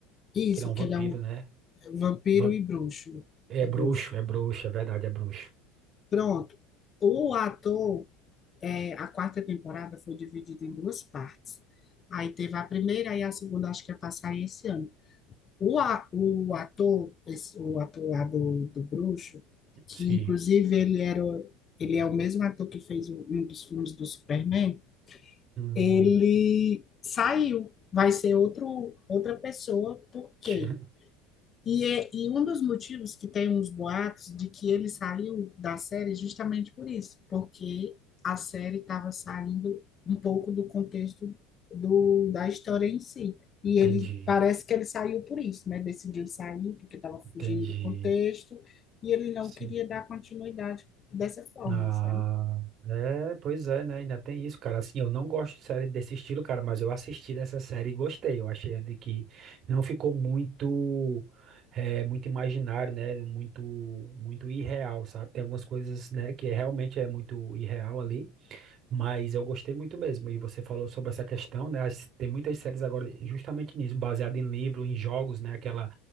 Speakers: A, on the left; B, on the right.
A: isso,
B: Que ele é um vampiro,
A: que ele é um
B: né?
A: vampiro
B: Vam-
A: e bruxo.
B: É
A: É
B: bruxo,
A: bruxo.
B: é bruxo, é verdade, é bruxo.
A: Pronto. O ator é, a quarta temporada foi dividida em duas partes. Aí teve a primeira e a segunda, acho que ia passar esse ano. O, a, o ator, esse- o ator lá do, do Bruxo, que
B: Sim.
A: inclusive ele era, ele é o mesmo ator que fez um um dos filmes do Superman,
B: Hum,
A: ele saiu, vai ser outro, outra pessoa, porque
B: <laughs> Ti-
A: e, é- e um dos motivos que tem uns boatos de que ele saiu da série é justamente por isso, porque a série estava saindo um pouco do contexto do, da história em si. E ele
B: Entendi.
A: parece que ele saiu por isso, né? Decidiu sair porque estava
B: Entendi.
A: fugindo do contexto e ele não
B: Sim.
A: queria dar continuidade dessa forma,
B: Ah,
A: sabe?
B: é, pois é, né? Ainda tem isso, cara. Assim, eu não gosto de série desse estilo, cara, mas eu assisti dessa série e gostei. Eu achei de que não ficou muito, é, muito imaginário, né? Muito, muito irreal, sabe? Tem algumas coisas, né, que é, realmente é muito irreal ali, mas eu gostei muito mesmo. E você falou sobre essa questão, né? as- Tem muitas séries agora justamente nisso, baseada em livro, em jogos, né? Aquela,